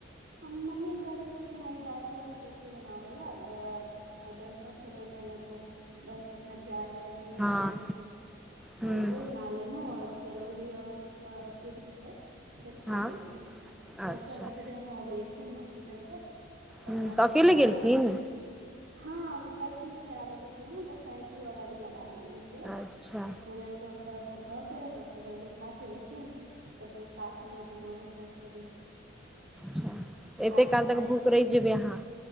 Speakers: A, on the right; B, in the centre.
A: हम्म मम्मी कहने छलखिन आय दाल चावल चोखे बनावले ग आई बृहस्पत छले ने तो बृहस्पत में प्याज लहसुन हम नहि
B: हँ
A: बनाबै छियै तऽ
B: ह्म
A: ऐसे बना लेलहु आओर चरौरी आओर चिप्स छै से छानि
B: हँ
A: लेलहुँ क
B: अच्छा
A: के रख देलहुं अबे एथिन हॉस्पिटलसँ तकन
B: ह्म तऽ अकेले
A: फ साथमे
B: गेलखिन
A: हँ ओ थेरेपी भी कराबे के छै ने हुनका थेरपी वाल भी लगा दे छिय
B: अच्छा
A: त भोरे के ओतऽ सब भ के हॉस्पिटल देखा के ऐथिन तऽ फेर साथे मे दुनू गोटा खेबै
B: च् एते
A: आइ
B: काल
A: से तऽ
B: तक
A: जगह
B: भूख रहि जेबै अहाँ